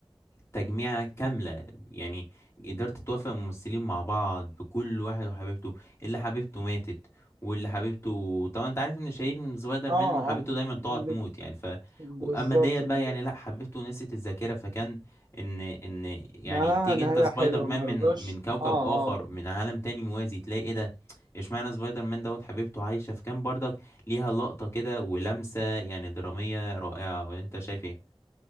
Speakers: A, on the left (about 30°); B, on the right (about 45°).
A: تجميعة كاملة يعني قدرت توافق الممثلين مع بعض بكل واحد وحبيبته اللي حبيبته ماتت واللي حبيبته طبعا انت عارف ان شيرين من سبايدر مان
B: اه
A: إنه حبيبته
B: اه
A: دايما تقعد
B: اللي-
A: تموت يعني ف
B: بالظبط
A: اما ديت
B: بالظبط
A: بقى يعني لا حبيبته نسيت الذاكرة فكان ان ان يعني
B: نهاية
A: تيجي
B: نهاية
A: انت سبايدر
B: حلوة
A: مان
B: مرضاش
A: من من كوكب
B: اه
A: اخر
B: اه
A: من عالم تاني موازي تلاقي ايه ده اشمعنى سبايدر مان دوت حبيبته عايشة فكان برضك ليها لقطة كده ولمسة يعني درامية رائعة وانت شايف ايه؟